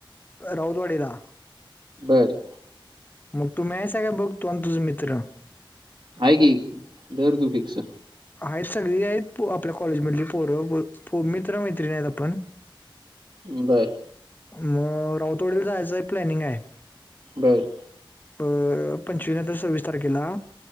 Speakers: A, on the left; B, on the right.
A: राऊतवाडीला.
B: बरं.
A: मग तू मिळायचा काय बघ तोन तुझं मित्र?
B: हाय की धर तू फिक्स.
A: आहेत सगळी आहेत पो आपल्या कॉलेजमधली पोरं फो मित्र मैत्रिणी आहेत आपण. <inaudible>
B: बरं.
A: म राऊतोडीला जायचं प्लॅनिंग आहे.
B: बरं.
A: अ पंचवीनंतर नायतर सव्वीस तारखेला.